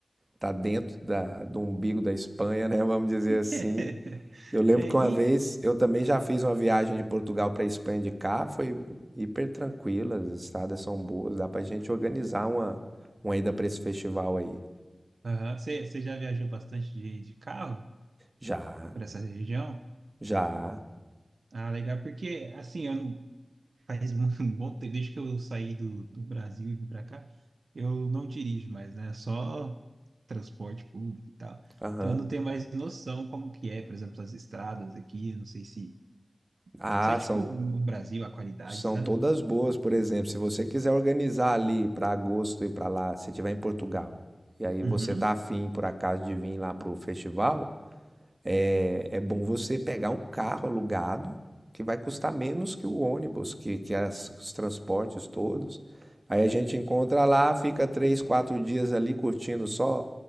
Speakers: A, on the right; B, on the right.
A: tá dentro da, do umbigo da Espanha, né? Vamos dizer
B: <laughs>
A: assim. Eu lembro
B: É,
A: que
B: e
A: uma vez eu também já fiz uma viagem de Portugal para a Espanha de carro, foi hiper tranquila, as estradas são boas, dá pra gente organizar uma, uma ida para esse festival aí.
B: aham, você você já viajou bastante de, de carro
A: Já,
B: por essa região?
A: já,
B: Ah, legal, porque assim, eu não, faz muito um <laughs> bom tempo, desde que eu saí do, do Brasil e vim para cá, eu não dirijo mais, né? Só transporte público e tal.
A: aham.
B: Então eu não tenho mais noção como que é, por exemplo, as estradas aqui, eu não sei se
A: Ah,
B: Isso é tipo
A: são,
B: no Brasil, a qualidade,
A: são
B: sabe?
A: todas boas, por exemplo, se você quiser organizar ali para agosto e para lá, se tiver em Portugal, e aí você
B: Uhum.
A: tá afim por acaso de vir lá pro festival, É, é bom você pegar um carro alugado que vai custar menos que o ônibus, que, que as- os transportes todos. Aí a gente encontra lá, fica três, quatro dias ali curtindo só